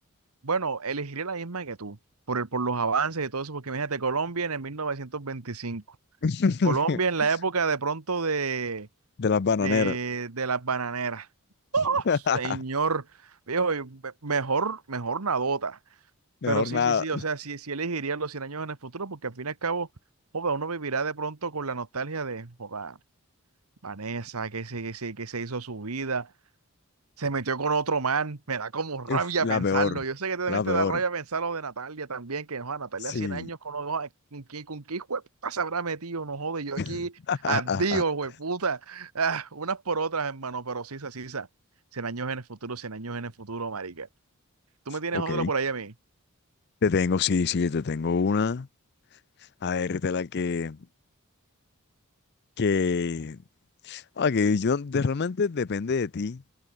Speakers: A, on the right; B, on the left.
A: Bueno, elegiría la misma que tú, por, el- por los avances y todo eso, porque imagínate, Colombia en el 1925
B: <laughs>
A: Colombia en la época de pronto de,
B: De las bananeras.
A: de, de las bananeras. <laughs>
B: <laughs>
A: ¡Oh, señor, viejo, y me- mejor, mejor nadota.
B: Mejor
A: Pero sí,
B: nada.
A: sí, sí, o sea, sí, sí elegiría los 100 años en el futuro, porque al fin y al cabo, joda, uno vivirá de pronto con la nostalgia de, joda, Vanessa, que se, que se, que se hizo su vida, se metió con otro man. Me da como rabia
B: Uf, la
A: pensarlo.
B: peor.
A: Yo sé que también
B: La
A: te
B: peor.
A: da rabia pensar lo de Natalia también, que no, Natalia
B: Sí.
A: 100 años con los dos. ¿Con qué, con qué hijo de puta se habrá metido? No jode, yo
B: <laughs>
A: aquí, adiós, hueputa. Ah, unas por otras, hermano, pero sí, sí, sí. cien años en el futuro, 100 años en el futuro, marica. ¿Tú me tienes
B: Ok.
A: otra por ahí a mí?
B: Te tengo, sí, sí, te tengo una. A ver, de la que, que Ok, yo de- realmente depende de ti,